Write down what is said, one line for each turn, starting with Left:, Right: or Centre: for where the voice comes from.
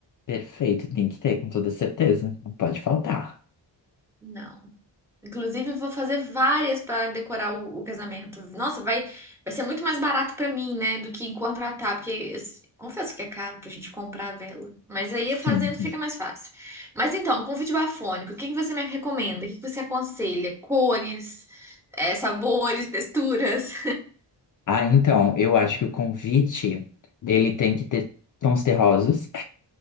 Left: Perfeito, tem que ter, com toda certeza. Não pode faltar.
Centre: Não. Inclusive, eu vou fazer várias para decorar o, o casamento. Nossa, vai, vai ser muito mais barato para mim, né, do que contratar, porque eu s- confesso que é caro pra gente comprar a vela. Mas aí fazendo
Left: Sim.
Centre: fica mais fácil. Mas então, um convite bafônico, o que que você me recomenda? O que que você aconselha? Cores, eh, sabores, texturas?
Left: Ah, então, eu acho que o convite, ele tem que ter tons terrosos.